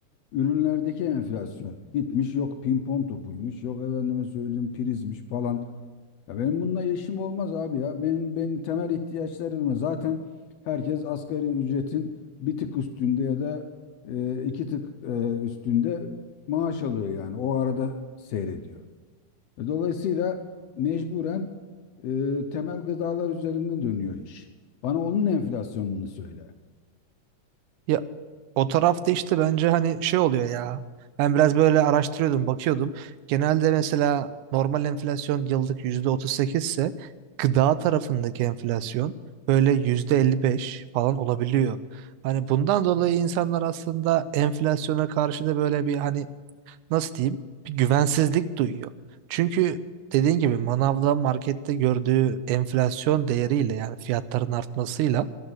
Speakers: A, on the left; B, on the right.
A: ürünlerdeki enflasyon gitmiş yok pimpon topuymuş yok efendime söyleyeyim prizmiş falan Ya benim bununla işim olmaz abi ya. Benim benim temel ihtiyaçlarım zaten herkes asgari ücretin bir tık üstünde ya da e, iki tık e, üstünde maaş alıyor yani. O arada seyrediyor. E, Dolayısıyla mecburen e, temel gıdalar üzerinde dönüyor iş. Bana onun enflasyonunu söyle.
B: ya. O tarafta işte bence hani şey oluyor ya. Ben biraz böyle araştırıyordum, bakıyordum. Genelde mesela normal enflasyon yıllık %38 ise gıda tarafındaki enflasyon böyle %55 falan olabiliyor. Hani bundan dolayı insanlar aslında enflasyona karşı da böyle bir hani nasıl diyeyim bir güvensizlik duyuyor. Çünkü dediğin gibi manavda markette gördüğü enflasyon değeriyle yani fiyatların artmasıyla